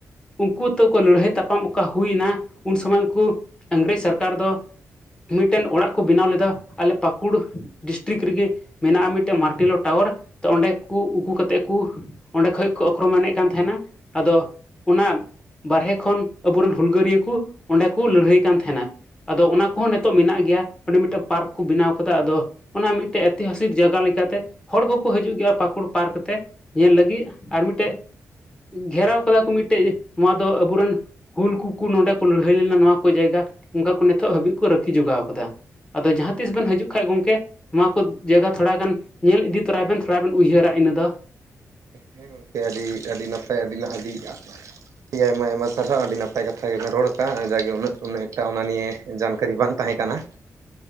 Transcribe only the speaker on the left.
ᱩᱱᱠᱩ ᱛᱚᱠᱚ ᱞᱟᱹᱲᱦᱟᱹᱭ ᱛᱟᱯᱟᱢ ᱚᱱᱠᱟ ᱦᱩᱭᱱᱟ ᱩᱱ ᱥᱚᱢᱚᱭ ᱩᱱᱠᱩ ᱤᱝᱨᱮᱡᱽ ᱥᱚᱨᱠᱟᱨ ᱫᱚ ᱢᱤᱜᱴᱮᱱ ᱚᱲᱟᱜ ᱠᱚ ᱵᱮᱱᱟᱣ ᱞᱮᱫᱟ ᱟᱞᱮ ᱯᱟᱠᱩᱲ ᱰᱤᱥᱴ, ᱴᱨᱤᱠ ᱨᱮᱜᱮ ᱢᱮᱱᱟᱜᱼᱟ ᱢᱤᱫᱴᱮᱱ ᱢᱟᱨᱴᱤᱞᱳ ᱴᱟᱣᱟᱨ ᱛᱚ ᱚᱸᱰᱮ ᱠᱚ ᱩᱠᱩ ᱠᱟᱛᱮᱫ ᱠᱩ ᱚᱸᱰᱮ ᱠᱷᱚᱡ ᱠᱚ ᱟᱠᱨᱚᱢᱚᱱᱮᱫ ᱠᱟᱱ ᱛᱟᱦᱮᱱᱟ ᱟᱫᱚ ᱚᱱᱟ ᱵᱟᱨᱦᱮ ᱠᱷᱚᱱ ᱟᱵᱚᱨᱮᱱ ᱦᱩᱞᱜᱟᱹᱨᱤᱭᱟᱹ ᱠᱚ ᱚᱸᱰᱮ ᱠᱚ ᱞᱟᱹᱲᱦᱟᱹᱭ ᱠᱟᱱ ᱛᱟᱦᱮᱸᱱᱟ ᱟᱫᱚ ᱚᱱᱟ ᱠᱚᱦᱚᱸ ᱱᱮ ᱛᱚ
ᱢᱮᱱᱟᱜ ᱜᱮᱭᱟ ᱚᱸᱰᱮ ᱢᱤᱫᱴᱮᱡ ᱯᱟᱨᱠ ᱠᱚ ᱵᱮᱱᱟᱣ ᱠᱟᱫᱟ ᱟᱫᱚ ᱚᱱᱟ ᱢᱤᱫᱴᱮᱡ ᱮᱛᱤᱦᱟᱥᱤᱠ ᱡᱟᱭᱜᱟ ᱞᱮᱠᱟᱛᱮ ᱦᱚᱲ ᱠᱚᱠᱚ ᱦᱤᱡᱩᱜ ᱜᱮᱭᱟ ᱯᱟᱹᱠᱩᱲ ᱯᱟᱨᱠ ᱛᱮ ᱾ ᱧᱮᱞ ᱞᱟᱹᱜᱤᱫ ᱟᱨ ᱢᱤᱫᱴᱮᱡ ᱜᱷᱮᱨᱟᱣ ᱠᱟᱫᱟ ᱠᱚ ᱢᱤᱫᱴᱮᱡ ᱱᱚᱣᱟ ᱫᱚ ᱟᱵᱚᱨᱮᱱ ᱦᱩᱞᱠᱩᱠᱩ ᱱᱚᱸᱰᱮ ᱠᱚ ᱞᱟᱹᱲᱦᱟᱹᱭ ᱞᱮᱱᱟ ᱱᱚᱣᱟ ᱠᱚ ᱡᱟᱭᱜᱟ ᱚᱝᱠᱟ ᱠᱚ ᱱᱤᱛᱳᱜ ᱦᱟᱹᱵᱤᱡ ᱠᱚ ᱨᱟᱹᱠᱷᱤ ᱡᱚᱜᱟᱣ ᱠᱟᱫᱟ᱾ ᱟᱫᱚ ᱡᱟᱦᱟᱸ ᱛᱤᱥ ᱵᱮᱱ ᱦᱤᱡᱩᱜ ᱠᱷᱟᱡ ᱜᱚᱝᱠᱮ ᱱᱚᱣᱟ ᱠᱚ ᱡᱟᱭᱜᱟ ᱛᱷᱚᱲᱟ ᱜᱟᱱ ᱧᱮᱞ ᱤᱫᱤ ᱛᱚᱨᱟᱭ ᱵᱮᱱ ᱛᱷᱚᱲᱟ ᱵᱮᱱ ᱩᱭᱦᱟᱹᱨᱟ ᱤᱱᱟᱹ ᱫᱚ ᱾